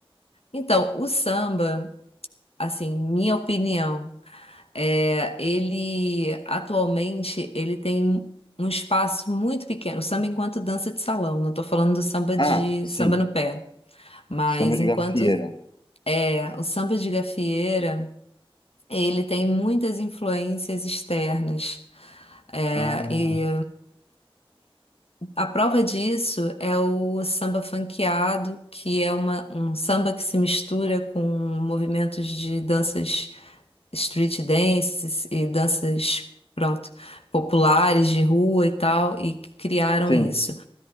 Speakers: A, on the left (about 80°); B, on the left (about 55°).
A: Então, o samba, assim, minha opinião, é, ele atualmente ele tem um espaço muito pequeno. O samba enquanto dança de salão. Não estou falando do samba de
B: Ah, sim,
A: samba no pé, mas
B: samba de
A: enquanto
B: gafieira.
A: é, o samba de gafieira Ele tem muitas influências externas. É,
B: Ah,
A: e a prova disso é o samba funkeado, que é uma, um samba que se mistura com movimentos de danças street dances e danças, pronto, populares de rua e tal, e que criaram
B: sim,
A: isso.